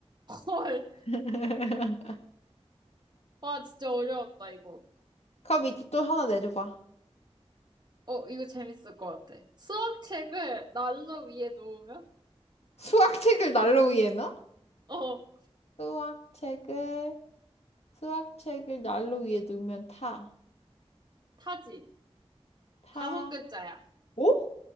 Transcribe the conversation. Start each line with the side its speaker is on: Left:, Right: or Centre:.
Right: <laughs> 헐.
Left: <laughs>
Right: 와, 진짜 어려웠다, 이거.
Left: 그럼 이제 또 하나 내줘봐.
Right: 어, 이거 재밌을 것 같아. 수학책을 난로 위에 놓으면?
Left: 수학책을 난로 위에 넣어?
Right: 어,
Left: 수학책을, 수학책을 난로 위에 놓으면 타.
Right: 타지.
Left: 타.
Right: 다섯 글자야.
Left: 오?